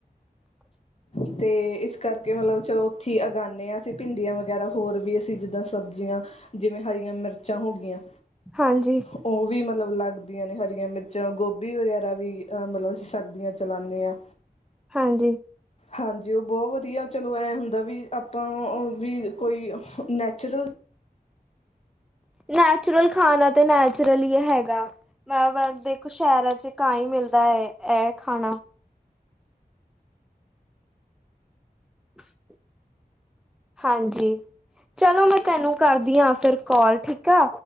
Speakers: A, in the centre; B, on the left.
A: ।।
B: ਅਤੇ ਇਸ ਕਰਕੇ ਮਤਲਬ ਚਲੋ ਉੱਥੇ ਹੀ ਉਗਾਉਂਦੇ ਹਾਂ ਅਸੀਂ ਭਿੰਡੀਆਂ ਵਗੈਰਾ ਹੋਰ ਵੀ ਅਸੀਂ ਜਿੱਦਾਂ ਸਬਜ਼ੀਆਂ। ਜਿਵੇਂ ਹਰੀਆਂ ਮਿਰਚਾਂ ਹੋ ਗਈਆਂ।
A: ਹਾਂਜੀ।
B: ਉਹ ਵੀ ਮਤਲਬ ਲੱਗਦੀਆਂ ਨੇ ਹਰੀਆਂ ਮਿਰਚਾਂ, ਗੋਭੀ ਵਗੈਰਾ ਵੀ ਅ ਮਤਲਬ ਅਸੀਂ ਸਰਦੀਆਂ ਚਲਾਉਂਦੇ ਹਾਂ।
A: ਹਾਂਜੀ।
B: ਹਾਂਜੀ। ਉਹ ਬਹੁਤ ਵਧੀਆ ਚਲੋ ਐਂ ਹੁੰਦਾ ਵੀ ਆਪਾਂ ਵੀ ਕੋਈ ਨੈਚੁਰਲ
A: ਨੈਚੁਰਲ ਖਾਣਾ ਤੇ ਨੈਚੁਰਲ ਹੀ ਹੈਗਾ ਮੈਂ ਦੇਖੋ ਸ਼ਹਿਰਾਂ ਚ ਕਾ ਹੀ ਮਿਲਦਾ ਹੈ ਇਹ ਖਾਣਾ <inaudible> ਹਾਂਜੀ, ਚਲੋ ਮੈਂ ਤੈਨੂੰ ਕਰਦੀ ਹਾਂ, ਫਿਰ ਕਾਲ ਠੀਕ ਆ।